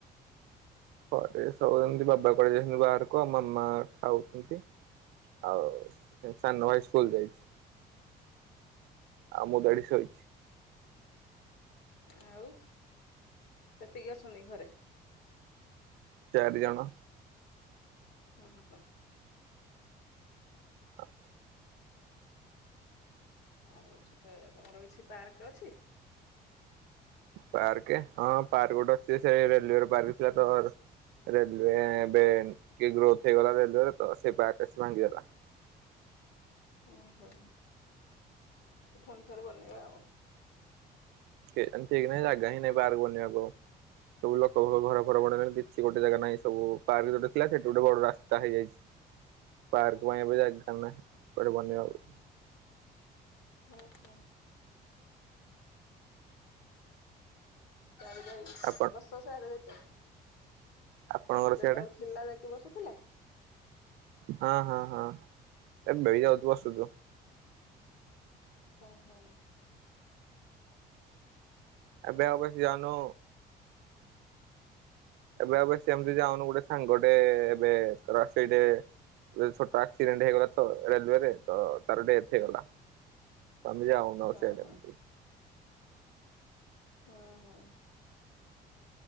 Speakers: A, on the right (about 80°); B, on the left (about 85°).
A: ଘରେ ସବୁ ଏମିତୀ ବାବା କୁଆଡେ ଯାଇଛନ୍ତି ବାହାରକୁ ଆଉ ମାମା ଖାଉଛନ୍ତି। ଆଉ ସାନ ଭାଇ ସ୍କୁଲ ଯାଇଛି। ଆଉ ମୁଁ ତ ଏଠି ଶୋଇଚି।
B: ଆଉ ସେତିକି ଅଛନ୍ତି ଘରେ?
A: ଚାରିଜଣ
B: ହ ହୋ
A: <inaudible>
B: ଆଉ ସେଠି ତମର କିଛି ପାର୍କ ଅଛି?
A: ପାର୍କ ହଁ ପାର୍କ ଗୋଟେ ଅଛି ସେ ରେଲୱେର ପାର୍କ ଥିଲା ତ ରେଲୱେ ଏବେ ଟିକେ ଗ୍ରୋଥ ହେଇଗଲା ରେଲୱରେ ତ ସେଇ ପାର୍କ ଆସି ଭାଙ୍ଗିଦେଲା।
B: ଓହୋ ଫୁଣି ଥରେ ବନେଇବା ଆଉ।
A: କେ ଯାଣେ ଠିକ ନାହିଁ ଜାଗା ହି ନାହିଁ ପାର୍କ ବନେଇବାକୁ ଆଉ। ସବୁ ଲୋକ ଘର ଫର ବନେଇ କିଛି ଗୋଟେ ଜାଗା ନାହିଁ ସବୁ ପାର୍କ ଗୋଟେ ଥିଲା ସେଠି ଗୋଟେ ବଡ ରାସ୍ତା ହେଇଯାଇଛି। ପାର୍କ ପାଇଁ ଏବେ ଜାଗା ନାହିଁ କୁଆଡେ ବନାଇବାକୁ।
B: ଓ ହୋ। <unintelligible>
A: ଆପଣ ଆପଣଙ୍କର
B: ଯେତେବେଳେ
A: ସିଆଡେ
B: ଥିଲା ଯାଇକି ବସୁଥିଲେ?
A: ହଁ ହଁ ହଁ ଏ ମିଳି ଯାଉ ବସୁଚୁ।
B: ଓ ହୋ।
A: ଏବେ ଆଉ ବେଶି ଯାଉନୁ। ଏବେ ଆଉ ବେଶି ସେମିତି ଯାଉନୁ ଗୋଟେ ସାଙ୍ଗଟେ ଏବେ ସେଇଠେ ଏ ଛୋଟ ଆକ୍ସିଡେଣ୍ଟ ହେଇଗଲା ତ ରେଲୱେରେ ତ ତାର ଡେଥ ହେଇଗଲା। ଆମେ ଯାଉନୁ ଆଉ ସିଆଡେ
B: ଓହୋ।
A: ଏମିତି।
B: ହଁ ହଁ।